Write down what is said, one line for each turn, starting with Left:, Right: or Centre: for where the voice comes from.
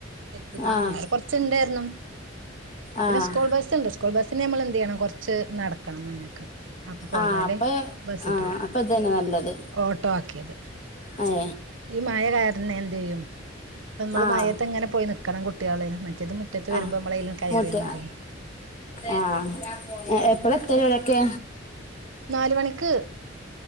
Right: ഏൽപ്പിക്ക
Left: ആഹ്
Right: കുറ ഉണ്ടായിരുന്നു
Left: ആഹ്
Right: പിന്നെ സ്കൂൾ ബസ്ണ്ട് സ്കൂൾ ബസ്സിന് നമ്മൾ എന്ത് ചെയ്യണം കൊറച്ച് നടക്കണം മുന്നേക്ക് അപ്പൊ പോയാലേ
Left: ആഹ് അപ്പൊ
Right: ബസ് കിട്ടുള്ളൂ
Left: ആഹ് അപ്പൊ ഇതന്നെ നല്ലത്
Right: ഓട്ടോ ആക്കിയത്
Left: അയ
Right: ഈ മഴ കാരണം എന്ത് ചെയ്യും നമ്മള്
Left: ആഹ്
Right: മഴത്തെ എങ്ങനെ പോയി നക്കണം കുട്ടികള് മറ്റേത് മുറ്റത്ത് വരുമ്പോ
Left: ആഹ്
Right: നമ്മളെലും കയറിയൽ
Left: മൂത്ത്
Right: മതി
Left: ആഹ് എപ്പഴ എത്തരഴൊക്കെ
Right: നാല മണിക്ക്